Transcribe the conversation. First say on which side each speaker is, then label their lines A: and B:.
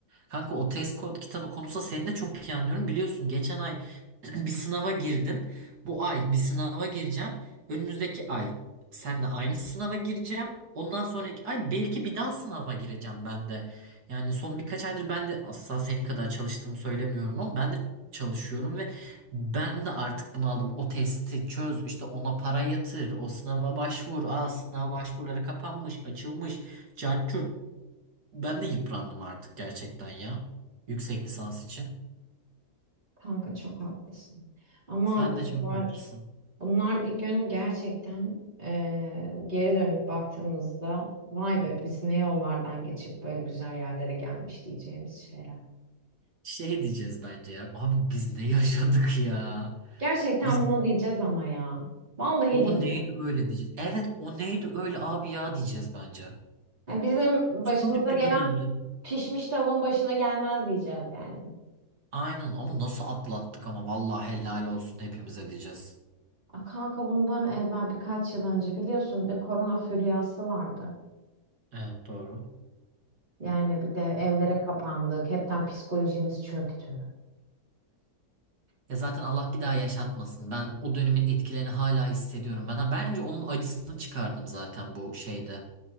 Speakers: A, on the right; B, on the right.
A: Kanka o test kod kitabı konusunda seni de çok iyi anlıyorum. Biliyorsun geçen ay <clears throat> bir sınava girdim. Bu ay bir sınava gireceğim. Önümüzdeki ay seninle aynı sınava gireceğim. Ondan sonraki ay belki bir daha sınava gireceğim ben de. Yani son birkaç aydır ben de asla senin kadar çalıştığımı söylemiyorum ama ben de çalışıyorum ve ben de artık bunaldım. O testi çöz, işte ona para yatır, o sınava başvur. Aa sınav başvuruları kapanmış, açılmış. Cart curt. Ben de yıprandım artık gerçekten ya. Yüksek lisans için.
B: Kanka çok haklısın. Ama
A: Sen de
B: bunlar
A: çok haklısın.
B: Bunlar bir gün gerçekten eee, geri dönüp baktığımızda vay be biz ne yollardan geçip böyle güzel yerlere gelmiş diyeceğimiz şeyler.
A: Şey diyeceğiz bence ya. Abi biz ne yaşadık ya?
B: Gerçekten
A: Biz
B: buna diyeceğiz ama ya. Vallahi
A: o
B: diyeceğiz.
A: neydi öyle diyeceğiz. Evet o neydi öyle abi ya diyeceğiz bence.
B: Ya bizim başımıza
A: Çok garip
B: gelen
A: bir dönemdi.
B: pişmiş tavuğun başına gelmez diyeceğiz yani.
A: Aynen ama nasıl atlattık ama vallahi helal olsun hepimize diyeceğiz.
B: A kanka bundan evvel birkaç yıl önce biliyorsun bir de korona furyası vardı.
A: Evet doğru.
B: Yani bir de evlere kapandık. Hepten psikolojimiz çöktü.
A: Ya zaten Allah bir daha yaşatmasın. Ben o dönemin etkilerini hala hissediyorum. Ben bence onun acısını çıkardım zaten bu şeyde.